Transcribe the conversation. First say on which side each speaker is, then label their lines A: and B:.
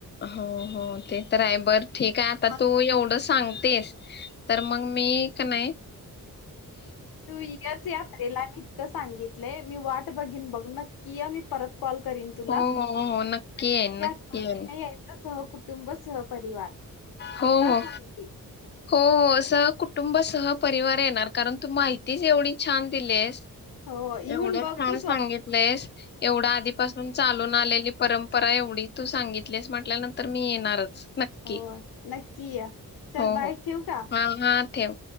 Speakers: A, on the left; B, on the left.
A: हो हो ते तर आहे बर- ठीक आहे आता
B: मग
A: तू एवढं सांग- तेस तर मग मी क नाय -
B: तू यच यात्रेला मी- सांगितलंय मी वाट बघीन बघ नक्की य मी परत- कॉल करीन तुला
A: हो
B: नक्की
A: हो हो येईन नक्की
B: आठवणीन
A: येईन
B: यायचं सह - कुटुंब सहपरिवार.
A: हो
B: आत्ता
A: हो
B: सांगते
A: हो हो. सह कुटुंब सह परिवार येणार कारण तू माहितीच एवढी छान दिलेस.
B: हो येऊन
A: एवढं
B: बघ
A: छान
B: तू स्वतः
A: सांगितलंयस एवढं आधीपासून चालून आलेली परंप- परा एवढी तू सांगितलीस म्हटल्यानंतर मी येणारच. नक्की
B: हो नक्की य. चल
A: हो
B: बाय
A: हो
B: ठेऊ का?
A: हा हा ठेव.